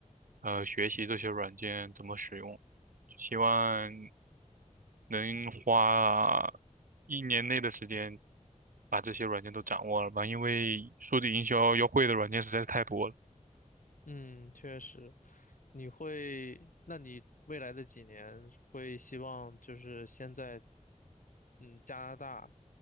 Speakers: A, on the right (about 85°); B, on the left (about 75°).
A: 呃，学习这些软件怎么使用，希望能花一年内的时间把这些软件都掌握了吧，因为数字营销要会的软件实在是太多了。
B: 嗯，确实，你会，那你未来的几年会希望就是先在，嗯，加拿大